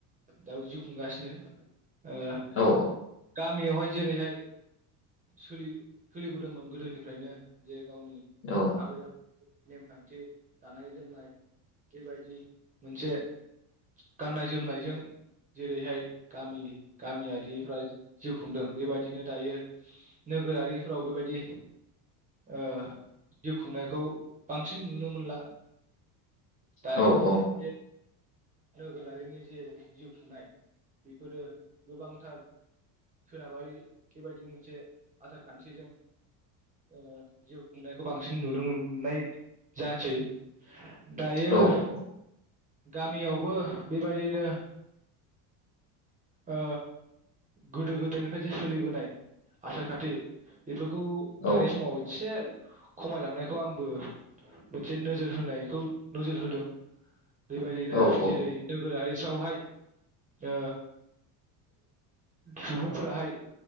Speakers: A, on the right (about 20°); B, on the left (about 30°).
A: दाबो जिउ खुंगासिनो ओ
B: औ
A: गामियावहाय जेरैहाय सोलि-सोलिबोदोंमोन गोदोनिफ्रायनो जे गावनि आबै
B: औ
A: आब नेमखान्थि जानाय लोंनाय बेबायदि मोनसे गाननाय जोमनायजों जेरैहाय गामि गामियारिफ्रा जिउ खुंदों बेबायदिनो दायो नोगोरारिफ्राव बेबायदि ओ जिउ खुंनायखौ बांसिन नुनो मोनला दायनि
B: औ
A: जे नोगोरारिनि जे जिउ खुंनाय बेफोरो गोबांथार सोनाबारि बेबायदि मोनसे आसार खान्थिजों ओ जिउ खुंनायखौ बांसिन नुनो मोन-नाय जासै दायो
B: औ
A: हा गामियावबो बेबायदिनो ओ गोदो गोदायनिफ्राय जे सोलिबो नाय आसार खान थि बेफोरखौ
B: औ
A: दानि समाव इसे खमायलांनायखौ आंबो मोनसे नोजोर होनायखौ नोजोर होदों बेबायदिनो
B: औ औ
A: जेरै नोगोरारि सावहाय ओ सुबुंफोराहाय